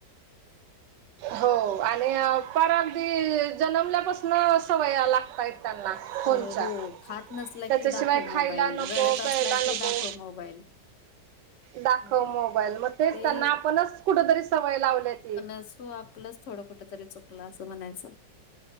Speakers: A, on the right (about 80°); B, on the left (about 50°).
A: हो आणि हो परत अगदी जन्मल्यापासनं सवया लागताय त्यांना
B: सवय
A: फोनच्या.
B: हो खात नसला
A: त्याच्याशिवाय
B: की दाखव मोबाईल
A: खायला नको,
B: रडत असला
A: प्यायला
B: की
A: नको.
B: दाखव मोबाईल
A: दाखव
B: हो.
A: मोबाईल, मग तेच
B: ते
A: त्यांना आपणच कुठतरी सवय लावल्या ती.
B: असो आपलंच थोडं कुठं तरी चुकलं असं म्हणायचं.